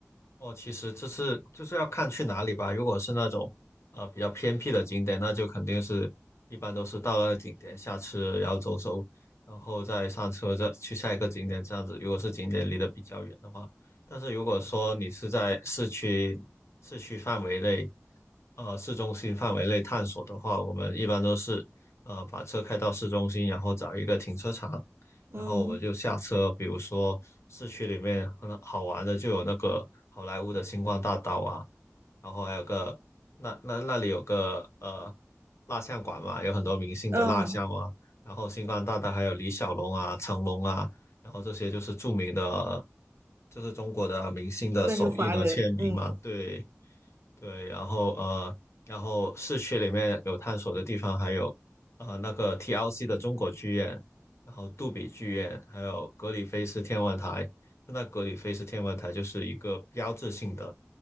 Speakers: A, on the left; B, on the right.
A: 哦，其实这是就是要看去哪里吧。如果是那种呃比较偏僻的景点，那就肯定是一般都是到了那个景点下车，然后走走，然后再上车再去下一个景点这样子。如果是景点离得比较远的话，但是如果说你是在市区市区范围内，呃市中心范围内探索的话，我们一般都是呃把车开到市中心，然后找一个停车场，
B: 嗯
A: 然后我就下车，比如说市区里面很好玩的就有那个好莱坞的星光大道啊，然后还有个那那那里有个呃蜡像馆嘛，有很多明星的蜡像啊，
B: 嗯，
A: 然后星光大道还有李小龙啊、成龙啊，然后这些就是著名的，就是中国的明星的手印和签名嘛，
B: 算是华人，嗯，
A: 对，对，然后呃，然后市区里面有探索的地方，还有呃那个 TLC 的中国剧院，然后杜比剧院，还有格里菲斯天文台。那格里菲斯天文台就是一个标志性的，